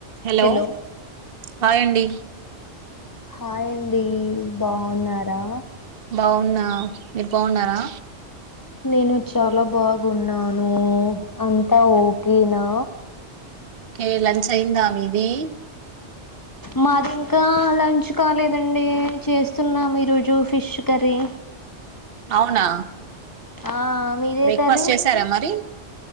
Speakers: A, on the right (about 55°); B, on the left (about 20°).
A: Hello
B: hello
A: hi అండి
B: hi అండి బాగున్నారా
A: బాగున్నా మీరు బాగున్నారా
B: నేను చాలా బాగున్నాను అంతా ఓకేనా
A: ఓకే లంచ్ అయ్యిందా మీది
B: మాది ఇంకా లంచ్ కాలేదండి చేస్తున్నాము ఈరోజు ఫిష్ కర్రీ
A: అవునా
B: ఆ మీదే
A: బ్రేక్ఫాస్ట్
B: కర్రీ
A: చేసారా మరి